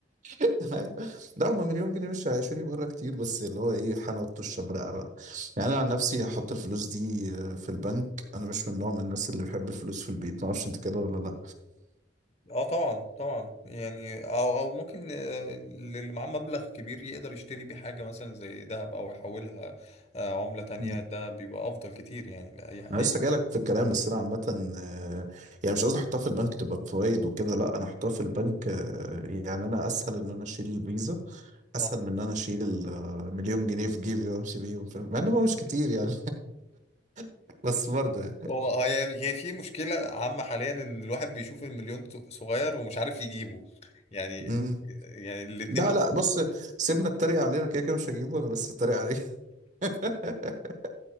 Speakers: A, on the right; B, on the left.
A: <laughs> لا هم مليون جنيه مش هيعيشوني بره كتير بس اللي هو ايه حان وقت الشبرقه بقى يعني انا عن نفسي هحط الفلوس دي آه، في البنك انا مش من نوع من الناس اللي بيحب الفلوس في البيت ما اعرفش انت كده ولا
B: اه طبعا طبعا يعني او او ممكن آه، اللي معاه مبلغ كبير يقدر يشتري بيه حاجه مثلا زي ذهب او يحولها آه، عمله تانية
A: لا
B: ده بيبقى افضل كتير يعني لاي
A: انا
B: اي
A: لسه جايلك في الكلام بس انا عامه آه، يعني مش قصدي احطها في البنك تبقى بفوائد وكده لا انا احطها في البنك آه، يعني انا اسهل ان انا اشيل الفيزا اسهل
B: آه.
A: من ان انا اشيل المليون جنيه في جيبي وامشي بيهم فاهم؟ مع انهم مش كتير يعني <laughs> بس برضه يعني
B: هو هي هي في مشكله عامه حاليا ان الواحد بيشوف المليون صغير ومش عارف يجيبه يعني
A: مم.
B: يعني الاتنين
A: لا لا بص سيبنا التريق علينا كده كده مش هجيبه انا بس اتريق عليه <laughs>